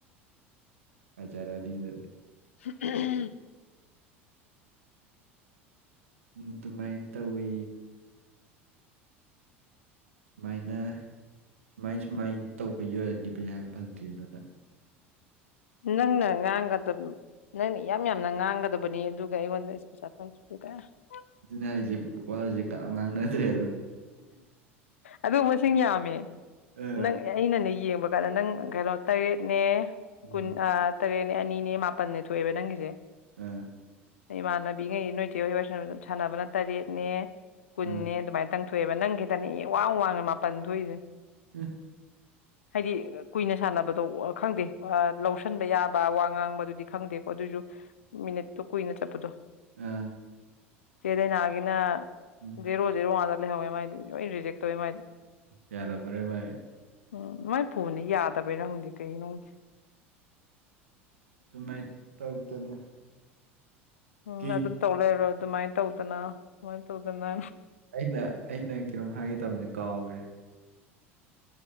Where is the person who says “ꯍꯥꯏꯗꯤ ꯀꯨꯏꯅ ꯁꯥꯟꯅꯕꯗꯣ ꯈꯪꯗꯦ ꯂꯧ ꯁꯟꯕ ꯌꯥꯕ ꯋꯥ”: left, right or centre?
Left